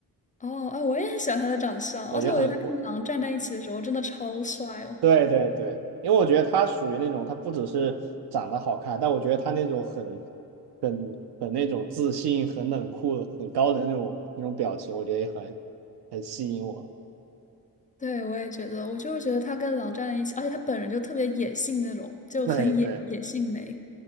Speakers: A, on the left; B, on the right.
A: 哦，啊，我也很喜欢他的长相，
B: 我觉得很我
A: 而且我觉得他跟狼站在一起的时候真的超帅哦。
B: 对对对，因为我觉得她属于那种她不只是长得好看，但我觉得她那种很很很那种自信、很冷酷、很高冷的那种那种表情，我觉得也很很吸引我。
A: 对，我也觉得，我就是觉得他跟狼站在一起，而且他本人就特别野性那种，就很野野性美。
B: <laughs> 对对。